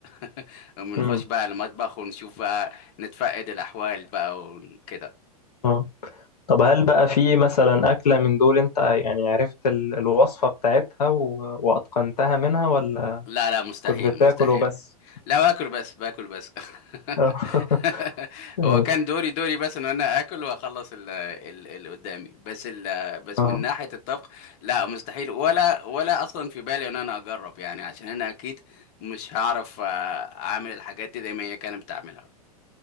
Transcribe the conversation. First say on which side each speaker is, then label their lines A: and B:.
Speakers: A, on the left; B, on the left.
A: <laughs> بنخش
B: امم
A: بقى المطبخ ونشوف بقى نتفقد الأحوال بقى وكده
B: اه طب هل بقى في مثلا اكله من دول انت يعني عرفت ال- الوصفه بتاعتها و... واتقنتها منها ولا
A: لا لا مستحيل
B: كنت بتاكل
A: مستحيل
B: وبس
A: لا باكل بس باكل بس
B: <laughs>
A: <laughs>
B: ماشي
A: هو كان دوري دوري بس ان انا اكل واخلص ال- ال- اللي قدامي بس ال- بس
B: اه
A: من ناحيه الطبخ لا مستحيل ولا ولا اصلا في بالي ان انا اجرب يعني عشان انا اكيد مش هعرف آه، اعمل الحاجات دي زي ما هي كانت بتعملها